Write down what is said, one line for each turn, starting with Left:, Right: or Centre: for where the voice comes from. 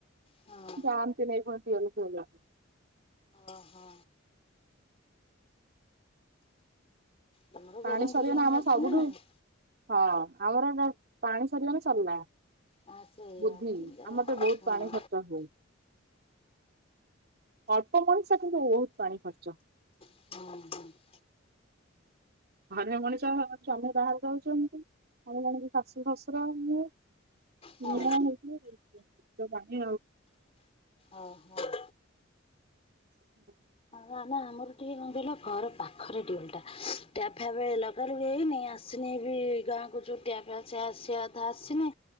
Left: ହଁ
Right: <unintelligible>
Left: ଓହୋ। ତମର ବୋରିଂ
Right: ପାଣି ସରିବା
Left: ଫୋରିଂ
Right: ନା ଆମର
Left: ଅଛି
Right: ସବୁଠୁ
Left: ନାହିଁ?
Right: ହଁ ଆମର ଏ ପାଣି ସରିଗଲେ ସରିଲା।
Left: ହଁ ସେଇଆ
Right: ବୁଦ୍ଧି
Left: ହଁ
Right: ଆମ ବହୁତ
Left: ହଁ
Right: ପାଣି ଖର୍ଚ୍ଚ ହୁଏ। ଅଳ୍ପ ମଣିଷ କିନ୍ତୁ ବହୁତ ପାଣି ଖର୍ଚ୍ଚ।
Left: ହୁଁ ହୁଁ।
Right: ଘରେ ମଣିଷ ସ୍ଵମୀ ବାହାରେ ଯାଉଛନ୍ତି ଆମେ ଜାଣିକି ଶାଶୁ ଶଶୁର ମୁ। <unintelligible>
Left: ହଁ ଓଁ ହୋ ଓ।
Right: <unintelligible>
Left: ନା ନା ଆମର ଟିକେ କଣ କହିଲା ଘର ପାଖରେ ଟ୍ୟାପ ଟା ଟ୍ୟାପ ଫ୍ୟପ। ଏବେ ଲଗା ଲାଗି ହେଇନି ଆସିନି ବି ଗାଁକୁ ଟିଆପ୍ ଆସେ ଆସିବା କଥା ଆସିନି।